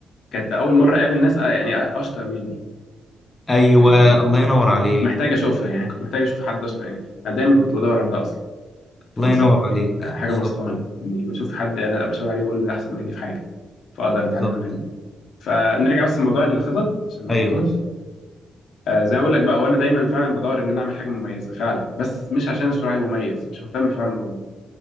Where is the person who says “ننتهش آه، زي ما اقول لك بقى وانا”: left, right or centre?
Left